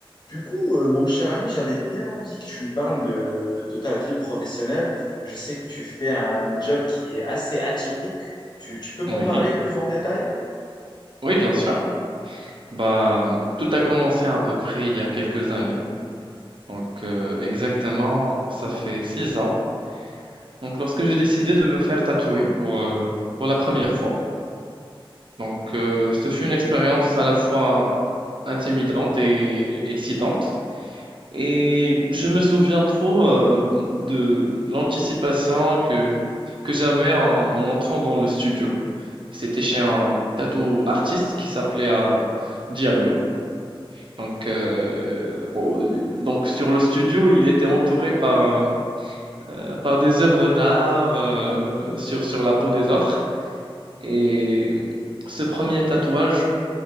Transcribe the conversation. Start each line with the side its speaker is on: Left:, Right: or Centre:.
Left: Du coup, euh, mon cher ami, j'avais bien envie que tu me parles de, de ta vie professionnelle. Je sais que tu fais un job qui est assez atypique. Tu, tu peux m'en
Right: Oui,
Left: parler plus en détail?
Right: oui, bien sûr. Bah, mmh, tout a commencé à peu près il y a quelques années. Donc, euh, exactement, ça fait six ans. Donc, lorsque j'ai décidé de me faire tatouer pour, euh, pour la première fois. Donc, euh, ce fut une expérience à la fois intimidante et excitante. Et je me souviens trop, euh, de l'anticipation que, que j'avais en, en entrant dans le studio. C'était chez un tatou artiste qui s'appelait euh, Diablo. Donc, euh, on- donc sur le studio, il était entouré par, euh, par des œuvres d'art euh, sur, sur la peau des autres. Et ce premier tatouage,